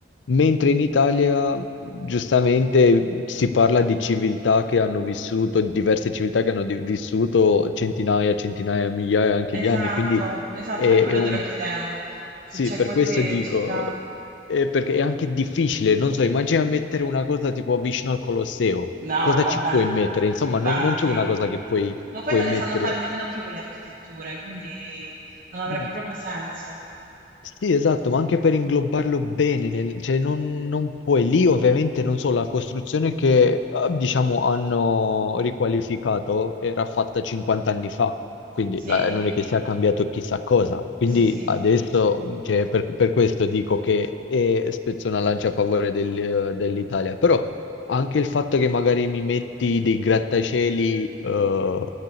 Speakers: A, on the left; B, on the right.
A: Mentre in Italia, giustamente, si parla di civiltà che hanno vissuto, diverse civiltà che hanno di- vissuto centinaia, centinaia, migliaia anche
B: esatto,
A: di anni, quindi
B: esatto,
A: è,
B: per quello
A: è un
B: te lo chiedevo. Se
A: sì,
B: c'è
A: per
B: qualche
A: questo dico,
B: città...
A: eh, perché è anche difficile, non so, immagina mettere una cosa tipo vicino al Colosseo,
B: No,
A: cosa
B: vabbè,
A: ci puoi mettere? Insomma,
B: infatti.
A: non, non c'è una cosa che puoi,
B: Ma poi
A: puoi
B: non le
A: mettere.
B: sanno fare nemmeno più quelle architetture, quindi non avrebbe
A: Mm.
B: proprio senso.
A: Sì, esatto, ma anche per inglobarlo bene, nel- cioè non, non puoi, lì ovviamente non so, la costruzione che eh, diciamo hanno riqualificato era fatta 50 anni fa, quindi
B: Sì,
A: la- non è che sia cambiato chissà cosa, quindi
B: sì, sì.
A: adesso mh, cioè, per, per questo dico che eh, spezzo una lancia a favore del- dell'Italia, però anche il fatto che magari mi metti dei grattacieli, eh,